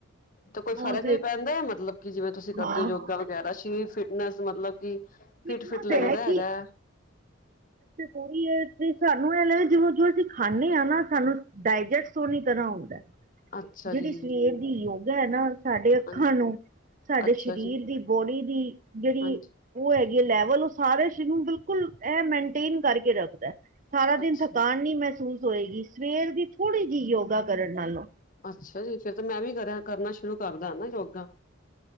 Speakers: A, on the left; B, on the right.
A: ਤੇ ਕੋਈ
B: ਉਹ
A: ਫ਼ਰਕ
B: ਤੇ
A: ਵੀ ਪੈਂਦਾ ਮਤਲਬ ਕਿ ਜਿਵੇਂ ਤੁਸੀਂ ਕਰਦੇ
B: ਹਾਂ
A: ਹੋ ਯੋਗਾ
B: ਹਾਂ
A: ਵਗੈਰਾ ਸਰੀਰ ਫਿਟਨੈਸ ਮਤਲਬ ਕਿ ਫਿਟ-ਫਿਟ
B: ਕਿਤਨਾ
A: ਲੱਗਦਾ
B: ਹੈ ਕਿ।
A: ਹੈਗਾ?
B: ਉਹੀ ਹੈ ਸਾਨੂੰ ਇਹ ਲੇ ਜੀਵੇ ਕੀ ਅਸੀਂ ਖਾਂਨੇ ਹਾਂ ਨਾ ਸਾਨੂੰ ਡਾਇਜੈਸਟ ਹੋੋਨੀ ਤਰਾਂ ਹੁੰਦਾ
A: ਅੱਛਾ
B: ਜਿਹੜੀ
A: ਜੀ
B: ਸਰੀਰ ਦੀ ਯੋਗਾ ਹੈ ਨਾ ਸਾਡੇ ਅੱਖਾਂ
A: ਹਾਂਜੀ
B: ਨੂੰ, ਸਾਡੇ
A: ਅੱਛਾ
B: ਸਰੀਰ
A: ਜੀ
B: ਦੀ ਬੋਡੀ ਦੀ ਜਿਹੜੀ
A: ਹਾਂਜੀ
B: ਉਹ ਹੈਗੀ ਏ ਲੈਵਲ ਉਹ ਸਾਰੇ ਸ਼ਰੀਰ ਨੂੰ ਬਿਲਕੁਲ ਇਹ ਮੇਨਟੇਨ ਕਰਕੇ ਰੱਖਦਾ। ਸਾਰਾ
A: ਅੱਛਾ
B: ਦਿਨ ਥਕਾਨ ਨੀ ਮਹਿਸੂਸ ਹੋਏਗੀ ਸਵੇਰ ਦੀ ਥੋੜੀ ਜਿਹੀ ਯੋਗਾ ਕਰਨ ਨਾਲੋਂ।
A: ਅੱਛਾ ਜੀ ਫੇਰ ਤੇ ਮੈਂ ਵੀ ਕਰਾ ਕਰਨਾ ਸ਼ੁਰੂ ਕਰਦਾ ਨਾ ਯੋਗਾ।